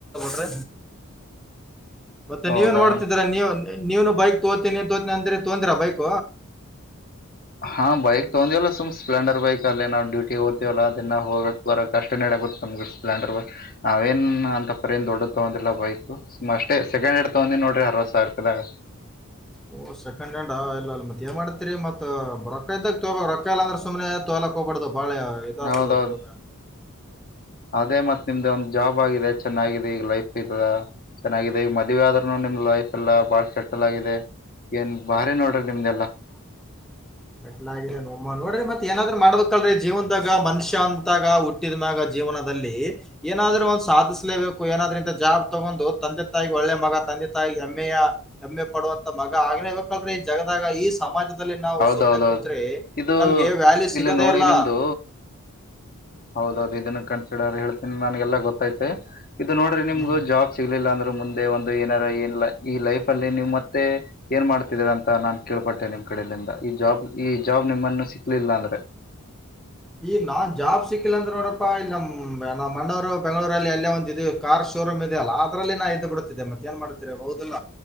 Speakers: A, in the centre; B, on the left.
A: ್ರ ಮತ್ತೆ
B: ಹೌದಾ
A: ನೀವೇನ್ ಮಾಡ್ತಿದೀರಾ ನೀವ ನೀವನು ಬೈಕ್ ತೋತೀನಿ ತೋತಿನನಿ ಅಂದ್ರೆ ತೊಂದ್ರ ಬೈಕ್
B: ಹಾ ಬೈಕ್ ತಗೊಂಡ್ವಲ್ಲ ಸು್ ಸ್ಪ್ಲೆಂಡರ್ ಬೈಕ್ ಅಲ್ಲಿ ನಾವು ಡ್ಯೂಟಿ ಓ್ತಿವಲ್ಲದನ್ನ ಹೋಗಬೇಕಕ್ ಬರ ಅಷ್ಟ ನಡ ಸ್ಲೆಂಡರ್ ನಾವೇನ್ ಅಂತಪ್ಪ ನ್ ದೊಡ್ಡ ತಗಂದಿಲ್ಲ ಬೈಕ್ ಅಷ್ಟೇ ಸೆಕಂಡ್ ತಂದ ನೋ್ರರಿ ಅರವ ಸಾವಿರ ರೂಪಿಿದಾಗ
A: ಹ ಓ ಸೆಕೆ್್ಯಾಂಡ್ ಇಲ್ಲ ಅ ಮತ್ ಏ ಮಾಡ್ತತಿರಿ ಮತ್ ರೊಕ್ಕ ಐತ ತ ರೊಕ್ಕ ಇಲ್ಲ ಅ್ರ ಸುಮ್ನೆ ತೋ ಎಲ ಹೋಗಬಡ್ದ ಬಾಳೆ ಇದಾಗ್ತದ
B: ಹೌದೌದು
A: ಹೋದ
B: ಅದೇ ಮತ್ತತ್ ನಿಮ್ದೆ ಒಂದ್ ಜಾಬ್ ಆಗಿದೆ ಚೆನ್ನಾಗಿದೆ ಈಗ ಲೈಫ್ ಇದದ ಚೆನ್ನಾಗಿದೆ ಈಗ ಮದ್ೆ ಆದ್ರೂ ನಿಮ್ದ್ ಲೈಫ್ ಎಲ್ಲಾ ಬಾಳ ಸೆಟಲ್ ಆಗಿದೆ ಏನ್ ಭಾರಿ ನೋಡ್ರಿ ನಿಮ್ದೆಲ್ಲಾ
A: ್ ಕಲ ನೋಡ್ರಿ ಮತ್ ಏನಾದ್ರ ಮಾಡದಕ್ಲ್ರೀ ಜೀವನದಾಗ ಮನುಷ್ಯ ಅಂತಾಗ ಹುಟ್ಟಿದ್ಯಾಗ ಜೀವನದಲ್ಲಿ ಏನಾದ್ರೂ ಒ್ ಸಾಧಿಸಲೇಬೇಕು ಏನಾದ್ರೂಂತ ಜಾಬ್ ತಗೊಂಡು ತಂದೆ ತಾಯಿ ಒಳ್ಳೆ ಮಗ ತಿ ತಾಯ ಹೆಮ್ಮೆಯ ಹೆಮ್ಮೆ ಪಡುವಂತ ಮಗ ಆಗ್ಲೇಬೇಕಲ್್ರೆ ಈ ಜಗದಾಗ ಈ ಸಮಾಜದಲ್ಲಿ ನಾವು
B: ಹೌದೌದ್ೌದು್
A: ಸುಮ್ನೆ ಕುಂತ್ರೆ
B: ಇದು
A: ನಮ್ಗೆ ವ್ಯಾಲ್ಯೂ ಸಿಗೋದೇ
B: ಇಲ್ಲಿ ನೋಡಿ
A: ಇಲ್ಲ
B: ನಿಮ್ದು ಹೌದೌದು ಇದನ್ನ ಕನ್ಸಿಡರ್ ಹೇಳ್ತೀನಿ ನನ್ಗೆಲ್ಲಾ ಗೊತ್ತೈತೆ ಇದು ನೋಡ್ರಿ ನಿಮ್ಗ
A: ಹ್ಮ್
B: ಜಾಬ್ ಸಿಗ್ಲಿಲ್ಲ ಅಂದ್ರೆ ಮುಂದೆ ಏನಾರ ಏನ್ ಈ ಲೈಫ್ ಅಲ್ಲಿ ನಿಮ್ ಮತ್ತೆ ಏನ್ ಮಾಡ್ತಿದರ ಅಂತ ನಾನ್ ಕೇಳ್ಪಟ್ಟೆನೆ ನಿಮ್ ಕಡಿಂದ ಈ ಜಾಬ್ ಈ ಜಾಬ್ ನಿಮ್ಮನ್ನು ಸಿಕ್ಲಿಲ್ಲ ಅಂದ್ರೆ
A: ಹ ಈ ನಾನ್ ಜಾಬ್ ಸಿಕ್ಕಿಲ್ಲ ಅಂದ್ರ ನೋಡಪ್ಪಾ ಇಲ್ಲಿ ನಮ್ಮ್ ನಮ್ಮ ಮಣ್ಣೂರು ಬೆಂಗಳೂರಲ್ಲಿ ಅಲ್ಲೇ ಒಂದ ಕಾರ್ ಶೋರೂ್ ಇದೆ ಅಲ್ಲ ಅದಲ್ಲಿ ನಾ ಇದ್ದ ಬಿಡುತ್ತೆ ಮತ್ತೆ ನ್ ಮಾಡ್ರ ಹೌದಿಲ್ಲ